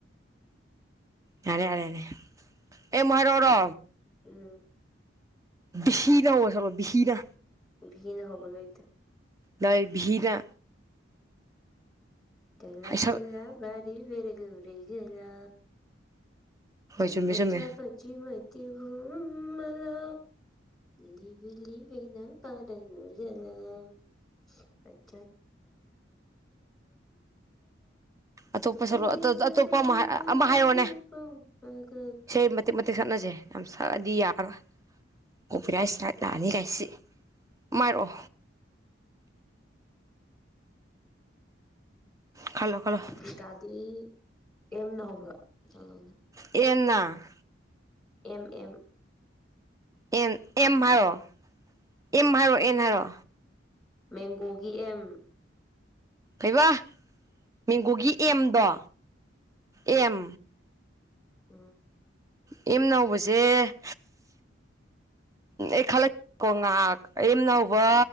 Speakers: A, on the right; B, in the centre.
A: ꯌꯥꯔꯦ ꯌꯥꯔꯦ ꯌꯥꯔꯦ ꯑꯦ ꯃꯍ ꯍꯥꯏꯔꯛꯔꯣ
B: ꯎꯝ
A: ꯕꯤꯍꯤꯅ ꯆ ꯕꯤꯍꯤꯅ
B: ꯕꯤꯍꯤꯅ ꯍꯧꯕꯥ ꯂꯩꯇꯦ
A: ꯅꯣꯏ ꯚꯤꯍꯤꯒ
B: ꯇꯂ
A: ꯍꯣꯏ
B: ꯇꯂ ꯔꯤ ꯔꯦꯒꯨ ꯎꯔꯒꯂ ꯆꯄ
A: ꯆꯨꯝꯃꯦ ꯆꯨꯝꯃꯦ
B: ꯆ ꯄꯆ ꯃ ꯃꯂ ꯂꯤꯕꯤ ꯂꯤꯕꯤ ꯅꯪꯄꯗ ꯅꯨꯖꯥ ꯅꯥ꯫ <unintelligible>
A: ꯑꯇꯣꯞꯄ
B: ꯗꯕꯗꯦꯕꯗꯦꯕ
A: ꯁꯛꯂꯣ ꯑꯇꯣꯞꯄ ꯑꯃ ꯑꯃ ꯍꯥꯏꯔꯛꯑꯣꯅꯦ
B: ꯒ
A: ꯏꯁꯩ ꯃꯇꯤꯦꯛ ꯃꯇꯤꯦꯛ ꯁꯛꯅꯁꯦ ꯌꯥꯝ ꯁꯛꯑꯗꯤ ꯌꯥꯔꯣꯏ ꯀꯣꯄꯤꯔꯥꯏꯁ ꯒꯥꯏꯗ ꯂꯥꯛꯑꯅꯤ ꯀꯥꯏꯁꯤ ꯃꯥꯏꯔꯛꯑꯣ ꯈꯜꯂꯣ ꯈꯜꯂꯣ
B: ꯗꯣꯏꯇꯥꯗꯤ ꯑꯦꯝ ꯅ ꯍꯧꯕ ꯁꯛꯂꯣꯑꯣꯅꯦ
A: ꯑꯦꯟꯅ
B: ꯑꯦꯝ ꯑꯦꯝ
A: ꯑꯦꯟ ꯑꯦꯝꯍꯥꯏꯔꯣ ꯑꯦꯝꯍꯥꯏꯔꯣ ꯑꯦꯟ ꯍꯥꯏꯥꯔꯣ
B: ꯃꯦꯡꯒꯣꯒꯤ ꯑꯦꯝ
A: ꯀꯩꯕ ꯃꯦꯡꯒꯣꯒꯤ ꯑꯦꯝꯗꯣ ꯑꯦꯝ
B: ꯎꯝ
A: ꯑꯦꯝꯅ ꯍꯧꯕꯖꯦ ꯎꯝ ꯑꯩ ꯈꯜꯂꯛ ꯀꯣ ꯉꯥꯍꯥꯛ ꯑꯦꯝꯅ ꯍꯧꯕ